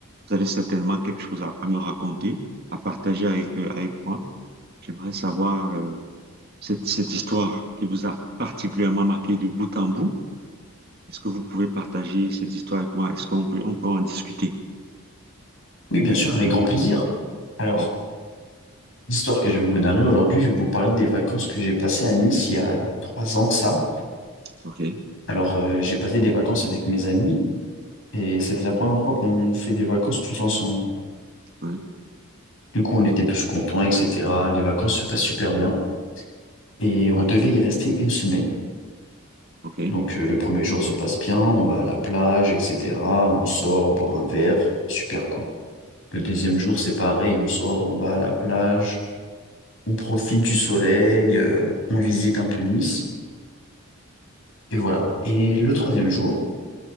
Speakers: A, on the right (about 45°); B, on the left (about 65°).
A: vous avez certainement quelque chose à, à me raconter, à partager avec, euh, avec moi. J'aimerais savoir euh, cette, cette histoire qui vous a particulièrement marqué de bout en bout. Est-ce que vous pouvez partager cette histoire avec moi? Est-ce qu'on peut, on peut en discuter?
B: Oui, bien sûr, avec grand plaisir. Alors,
A: Ok,
B: l'histoire que je vais vous narrer aujourd'hui, je vais vous parler des vacances que j'ai passées à Nice il y a trois ans de ça.
A: ok, ouais,
B: Alors, euh, j'ai passé des vacances avec mes amis et c'était la première fois qu'on fait des vacances tous ensemble.
A: ouais,
B: Du coup, on était tous contents, etc. Les vacances se passent super bien et on
A: ouais,
B: devait y rester une semaine.
A: ok.
B: Donc, euh, le premier jour se passe bien, on va à la plage, etc. On sort, boire un verre, super cool. Le deuxième jour, c'est pareil, on sort, on va à la plage. on profite du soleil, euh, on, on visite un peu Nice, et voilà. Et le troisième jour,